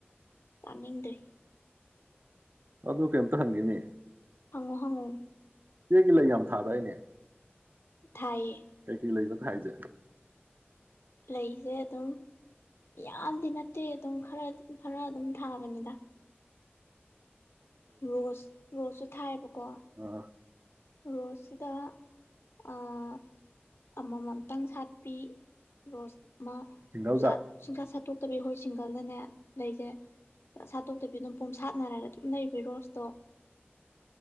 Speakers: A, on the left (about 85°); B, on the right (about 50°).
A: ꯆꯥꯅꯤꯡꯗ꯭ꯔꯤ
B: ꯎꯝ ꯑꯗꯨ ꯀꯩꯝꯇ ꯍꯪꯒꯦꯅꯦ
A: ꯍꯪꯉꯣ ꯍꯪꯉꯣ
B: ꯆꯦꯒꯤ ꯂꯩ ꯌꯥꯝ ꯊꯥꯗꯥꯏꯅꯦ
A: ꯊꯥꯏꯌꯦ
B: ꯀꯩ ꯀꯩ ꯂꯩ ꯊꯥꯏꯖꯦ
A: ꯂꯩꯁꯦ ꯑꯗꯨꯝ ꯌꯥꯝꯗꯤ ꯅꯠꯇꯦ ꯑꯗꯨꯝ ꯈꯔ ꯈꯔ ꯑꯗꯨꯝ ꯊꯥꯕꯅꯤꯗ ꯔꯣꯁ ꯔꯣꯁ ꯊꯥꯏꯌꯦꯕꯀꯣ
B: ꯑꯥ
A: ꯔꯣꯁꯁꯤꯗ ꯑꯥ ꯑꯃꯃꯝꯇꯪ ꯁꯥꯠꯄꯤ ꯔꯣꯁ ꯑꯃ
B: ꯁꯤꯡꯒꯜꯗ
A: ꯄꯨꯡꯖꯥꯠ ꯁꯨꯡꯁꯥꯠ ꯁꯥꯠꯇꯣꯛꯇꯕꯤ ꯍꯣꯏ ꯁꯤꯡꯒꯜꯗꯅꯦ ꯂꯩꯖꯦ ꯁꯥꯠꯇꯣꯛꯇꯕꯤ ꯑꯗꯨꯝ ꯄꯣꯝꯁꯥꯠꯅꯔꯒ ꯑꯗꯨꯝ ꯂꯩꯕꯤ ꯔꯣꯁꯇꯣ